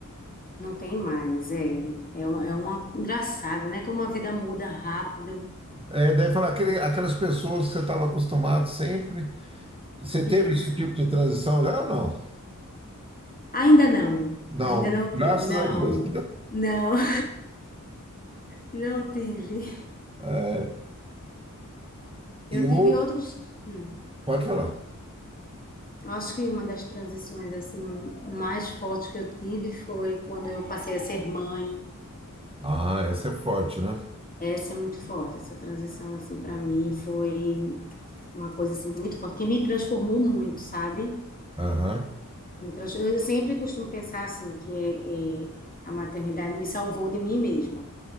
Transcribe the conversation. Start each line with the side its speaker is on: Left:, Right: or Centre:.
Left: Não tem mais, é, é, uma- é uma engraçada, né? Como a vida muda rápido.
Right: É, daí falar aquele, aquelas pessoas que você estava acostumado sempre. Você
Left: Isso.
Right: teve esse tipo de transição já ou não?
Left: Ainda não,
Right: Não,
Left: ainda não
Right: graças
Left: tive. Não,
Right: a Deus.
Left: não, <laughs> não tive.
Right: É,
Left: Eu
Right: e o.
Left: tive outros. hum,
Right: Pode falar.
Left: eu acho que uma das transições assim mais fortes que eu tive foi quando eu passei a ser mãe.
Right: Ah, essa é forte, né?
Left: Essa é muito forte. Essa transição assim para mim foi uma coisa assim muito forte que me transformou muito, sabe?
Right: Aham.
Left: Me trans- Eu sempre costumo pensar assim que eh, a maternidade me salvou de mim mesma,